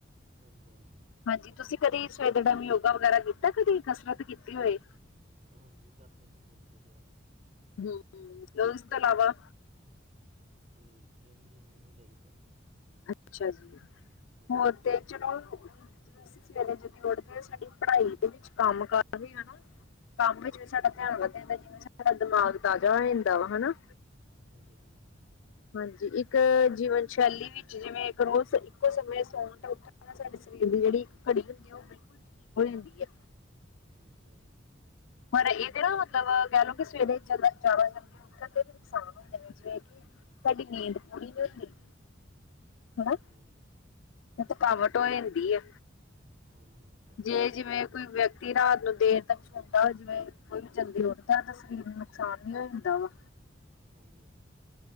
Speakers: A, on the right; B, on the left.
A: ਹਾਂਜੀ-ਹਾਂਜੀ।
B: ਹਾਂਜੀ ਤੁਸੀਂ ਕਦੇ ਸਵੇਰ ਦੇ ਟਾਈਮ ਯੋਗਾ ਵਗੈਰਾ ਕੀਤਾ ਕਦੇ ਕਸਰਤ ਕੀਤੀ ਹੋਏ?
A: ਹਾਂਜੀ ਕਰਦੇ ਨੇ ਕਿਸੇ-ਕਿਸੇ ਨਾਲ।
B: ਹੂੰ-ਹੂੰ ਇਸ ਤੋ ਲਾਵਾ
A: ਹੂਂ ਜਿੰਮ-ਜੁੰਮ ਵੀ ਜਾਇਦਾ ਵਾ।
B: ਅੱਛਾ ਜੀ,
A: ਹਾਂਜੀ
B: ਹੋਰ
A: ਹਾਂਜੀ
B: ਤੇ ਚਲੋ ਜਦੋਂ ਅਸੀਂ ਸਵੇਰੇ ਜਲਦੀ ਉੱਠਦੇ ਆ ਸਾਡੀ ਪੜ੍ਹਾਈ ਦੇ ਵਿੱਚ ਕੰਮ ਕਰਦੇ ਹਨਾ ਕੰਮ ਵਿੱਚ
A: ਹਾਂਜੀ
B: ਵੀ ਸਾਡਾ
A: ਹਾਂਜੀ
B: ਧਿਆਨ ਵੱਧ ਜਾਂਦਾ ਜਿਵੇਂ ਸਾਡਾ ਦਿਮਾਗ ਤਾਜ਼ਾ ਹੋ ਜਾਂਦਾ ਵਾ ਹਨਾ।
A: ਹਾਂਜੀ-ਹਾਂਜੀ।
B: ਹਾਂਜੀ ਇੱਕ ਜੀਵਨ ਸ਼ੈਲੀ ਵਿੱਚ ਜਿਵੇਂ ਇੱਕ ਰੋਜ਼ ਇੱਕੋ ਸਮੇਂ ਸੌਣ ਸਾਡੇ ਸਰੀਰ ਦੀ ਜਿਹੜੀ, ਘੜੀ ਹੁੰਦੀ ਹੈ ਉਹ ਬਿਲਕੁਲ ਠੀਕ ਹੋ ਜਾਂਦੀ ਹੈ।
A: ਹਾਂਜੀ-ਹਾਂਜੀ।
B: ਪਰ ਇਹਦੇ ਨਾ ਮਤਲਬ ਕਹਿ ਲਓ ਕਿ ਸਵੇਰੇ ਜ਼ਿਆਦਾ ਜਲਦੀ ਉਠਣ ਦੇ ਵੀ ਨੁਕਸਾਨ ਹੁੰਦੇ ਨੇ ਜਿਵੇਂ ਕਿ ਸਾਡੀ ਨੀਂਦ ਪੂਰੀ ਨਹੀ ਹੁੰਦੀ। ਹਨਾ
A: ਹਾਂਜੀ-ਹਾਂਜੀ।
B: ਥਕਾਵਟ ਹੋ ਜਾਂਦੀ ਹੈ।
A: ਹਾਂਜੀ। ਥਕਾਵਟ
B: ਜੇ
A: ਹੈ
B: ਜਿਵੇਂ
A: ਜੀ
B: ਕੋਈ ਵਿਅਕਤੀ ਰਾਤ ਨੂੰ ਦੇਰ ਤੱਕ ਸੌਦਾ ਜਿਵੇਂ ਕੋਈ ਵੀ ਜਲਦੀ ਉੱਠਦਾ ਤਾਂ ਸਰੀਰ ਨੂੰ ਨੁਕਸਾਨ ਨੀ ਹੋ ਜਾਂਦਾ ਵਾ।
A: ਹਾਂਜੀ-ਹਾਂਜੀ।